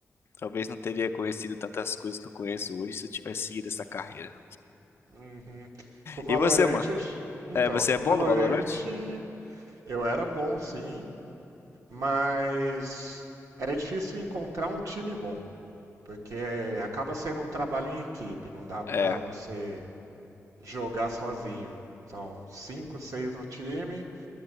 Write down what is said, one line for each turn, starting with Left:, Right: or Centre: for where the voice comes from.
Left: Talvez não teria conhecido tantas coisas que eu conheço hoje se eu tivesse seguido essa carreira.
Right: Uhum. Com o Valorante,
Left: E você, mano?
Right: eu... então,
Left: É, você
Right: com
Left: é bom
Right: o Valorante
Left: no Valorant?
Right: eu era bom, sim, mas era difícil encontrar um time bom, porque acaba sendo um trabalho em equipe, não dá pra
Left: É.
Right: você jogar sozinho. São cinco, seis no time